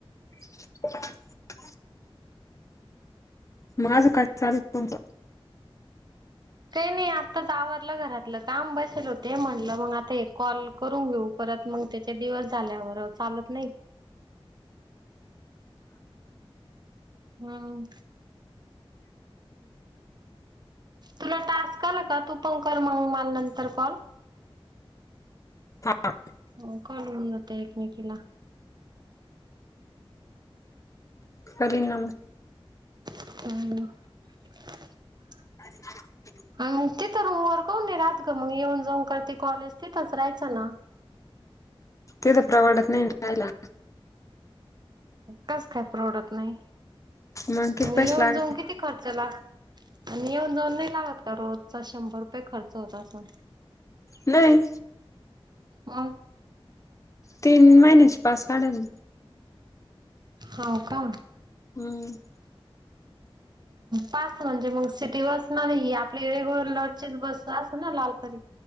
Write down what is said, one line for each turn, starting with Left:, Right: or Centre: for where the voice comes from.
Left: <unintelligible> माझं काय चालू तुमचं?
Right: काही नाही, आताच आवरलं घरातलं काम, बसेल होते. म्हणलं मग आता एक कॉल करून घेऊ पर त मग त्याचे दिवस झाल्यावर चालत नाही. हम्म. तुला टास् आला का? तू पं कर मग माल नंतर कॉल.
Left: हां.
Right: हो करून घेऊ ते एकमेकीला.
Left: कररी ना मी
Right: ह.
Left: <unintelligible>
Right: आणि मग तिथं वर काऊन नई राहात ग मग? येऊन जाऊन करते कॉलेज ते तच रायचं ना?
Left: तेथ परवाडत नाही रायला.
Right: कास काय परवडत नाही?
Left: मग किती पैसे
Right: येऊन
Left: लागत
Right: जाऊन किती खर्चला आणि येऊन जाऊन नाही लागत का? रोजचा शंभर रुपये खर्च होत असल.
Left: नाही.
Right: मंग?
Left: तीन महिन्याची पास काढेल ना.
Right: हो का?
Left: हम्म.
Right: पास म्हणजे मग, सिटी बस नाही आपली रेगुलरची बस असल ना लालपरी?